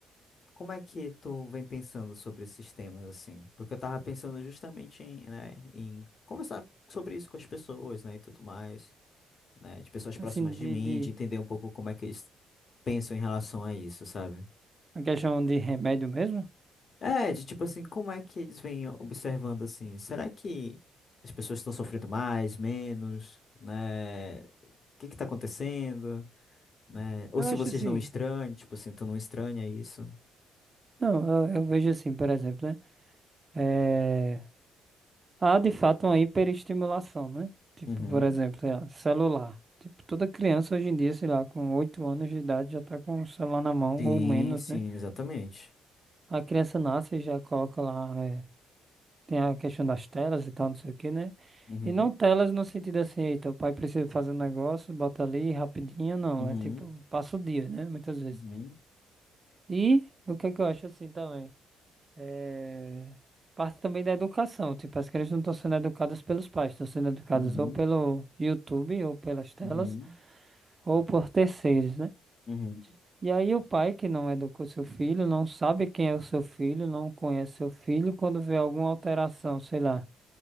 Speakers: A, on the left; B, on the right.
A: Como é que tu vem pensando sobre esses temas assim? Porque eu tava pensando justamente em, né, em conversar sobre isso com as pessoas, né, e tudo mais, né, de pessoas
B: Assim,
A: próximas de
B: de,
A: mim,
B: de
A: de entender um pouco como é que eles pensam em relação a isso, sabe?
B: a questão de remédio mesmo,
A: É, de tipo assim, como é que eles vêm observando assim? Será que as pessoas estão sofrendo mais, menos, né? O que que tá acontecendo, né? Ou
B: eu
A: se
B: acho
A: vocês
B: assim.
A: não estranham, tipo assim, tu não estranha isso?
B: Não, eu, eu vejo assim, por exemplo, né? É, há de fato uma hiperestimulação, né? Tipo,
A: Uhum.
B: por exemplo, sei lá, celular. Tipo, toda criança hoje em dia, sei lá, com 8 anos de idade já tá com o celular na mão
A: Sim,
B: ou menos,
A: sim,
B: né?
A: exatamente.
B: A criança nasce e já coloca lá. é, Tem a questão das telas e tal, não sei o quê, né?
A: Uhum.
B: E não telas no sentido assim, eita, o pai precisa fazer um negócio, bota ali rapidinho, não.
A: Uhum,
B: É tipo, passa o dia, né? Muitas vezes.
A: uhum,
B: E o que é que eu acho assim também? É... Parte também da educação, tipo, as crianças não estão sendo educadas pelos pais, estão sendo educadas
A: uhum,
B: ou pelo YouTube, ou pelas telas,
A: uhum,
B: ou por terceiros, né?
A: uhum,
B: E aí o pai que não educou seu filho, não sabe quem é o seu filho, não conhece seu filho, quando vê alguma alteração, sei lá.